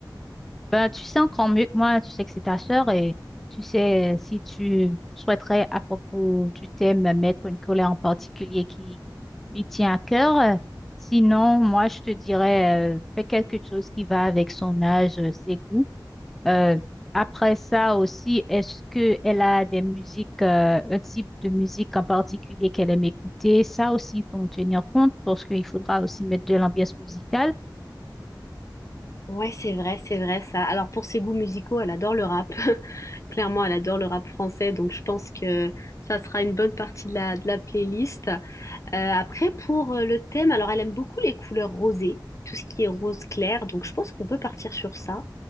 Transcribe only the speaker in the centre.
Ben, tu sais encore mieux que moi, tu sais que c'est ta sœur et tu sais si tu souhaiterais à propos du thème mettre une colère en particulier qui lui tient à cœur. Euh, Sinon, moi, je te dirais, euh, fais quelque chose qui va avec son âge, euh, ses goûts. Euh, après ça aussi, est-ce que elle a des musiques, euh, un type de musique en particulier qu'elle aime écouter? Ça aussi, il faut en tenir compte parce qu'il faudra aussi mettre de l'ambiance musicale.